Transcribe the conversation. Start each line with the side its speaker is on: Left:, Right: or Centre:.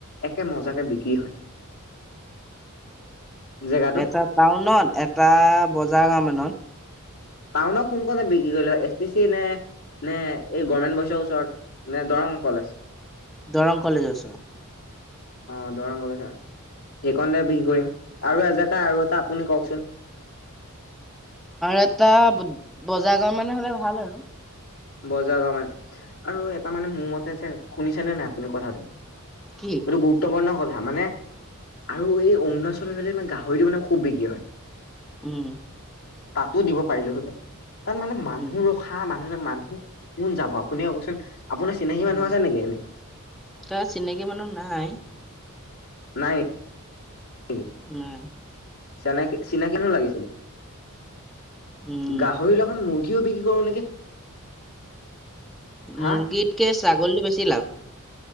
Left: একে মজাকে বিক্ৰী হয়। জেগাটো
Centre: এটা টাউনত এটা বজাৰ মান মানত।
Left: টাউনত কোন কণে বিক্ৰী কৰিলে এছ টি চি নে নে এই গভমেণ্ট পইচাৰ ওচৰত, নে দৰং কলেজ।
Centre: দৰং কলেজৰ ওচৰত।
Left: অ', দৰং কলেজ। সেইকণতে বিক্ৰী কৰিম, আৰু এজেগা আৰু এটা আপুনি কওঁকচোন।
Centre: আৰু এটা বজাৰ গড় মানে হ'লে ভাল আৰু।
Left: বজাৰ গাওঁ মানে, আৰু এটা মানে মোৰ মতে যে শুনিছেনে নাই আপুনি কথাটো।
Centre: কি
Left: এইটো গুৰত্বপূৰ্ণ কথা মানে আৰু এই অৰুণাচল মানে গাহৰিটো মানে খুব বিক্ৰী হয়।
Centre: উম।
Left: তাতো দিব পাৰিলো হঁতে, তাত মানে মানুহ
Centre: উম
Left: ৰখা মানুহে মান কোন যাব আপুনি কওঁকচোন আপোনাৰ চিনাকী
Centre: উম
Left: মানুহ আছে নেকি এনে
Centre: তাৰ চিনাকি মানুহ নাই।
Left: নাই <unintelligible>
Centre: নাই।
Left: চানেকি চিনাকি জেন লাগিছিল,
Centre: উম
Left: গাহৰি লগ এখন মুৰ্গীও বিক্ৰী কৰো নেকি।
Centre: মুৰ্গীতকৈ
Left: হা
Centre: ছাগলী বেছি লাভ।